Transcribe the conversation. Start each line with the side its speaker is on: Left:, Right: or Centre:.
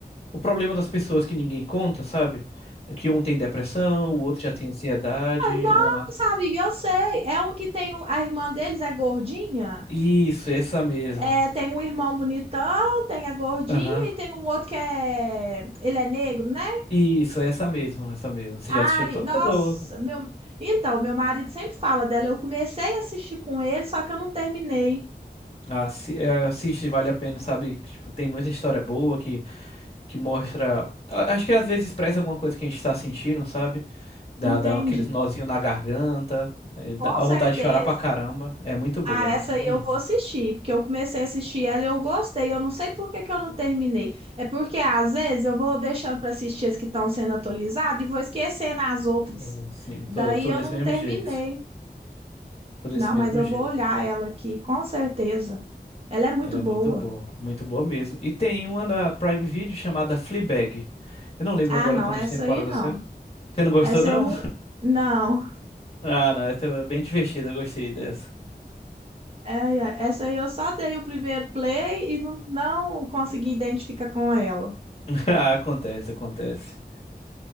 Left: o problema das pessoas que ninguém conta, sabe? É que um tem depressão, o outro já tem ansiedade,
Right: Ah, Nossa,
Left: um...
Right: amiga, eu sei. É um que tem. um- A irmã deles é gordinha.
Left: Isso, essa mesmo.
Right: É, tem um irmão bonitão, tem a gordinha
Left: Aham.
Right: e tem um outro que é. Ele é negro, né?
Left: Isso, é essa mesmo, essa mesmo. Você
Right: Ai,
Left: já assistiu toda?
Right: nossa,
Left: ou-
Right: meu. Então, meu marido sempre fala dela. Eu comecei a assistir com ele, só que eu não terminei.
Left: Assi- é, Assiste, vale a pena, sabe? Tipo, tem muita história boa que, que mostra. a- Acho que às vezes expressa alguma coisa que a gente tá sentindo, sabe? Dá,
Right: Entendi.
Left: dá aqueles nozinho na garganta, é, dá
Right: Com certeza.
Left: vontade de chorar pra caramba. É muito boa,
Right: Ah,
Left: muito
Right: essa
Left: boa
Right: aí eu
Left: mesmo.
Right: vou assistir, porque eu comecei a assistir ela e eu gostei. Eu não sei por que que eu não terminei. É porque às vezes eu vou deixando para assistir as que estão sendo atualizadas e vou esquecendo as outras.
Left: Sim, sim,
Right: Daí
Left: tô, tô
Right: eu
Left: desse
Right: não
Left: mesmo
Right: terminei.
Left: jeito. Tô desse
Right: Não,
Left: mesmo
Right: mas eu
Left: jeito.
Right: vou olhar ela aqui, com certeza. Ela é muito
Left: Ela
Right: boa.
Left: é muito boa, muito boa mesmo. E tem uma da Prime Video chamada Fleabag. Eu não lembro
Right: Ah,
Left: agora
Right: não,
Left: quantas
Right: essa
Left: temporadas
Right: aí não.
Left: são. Você não gostou,
Right: Essa
Left: não?
Right: eu não. Não.
Left: Ah, não, essa é bem divertida, eu gostei dessa.
Right: É, é, essa aí eu só dei o primeiro play e não, não consegui identificar com ela.
Left: <laughs> Ah, acontece, acontece.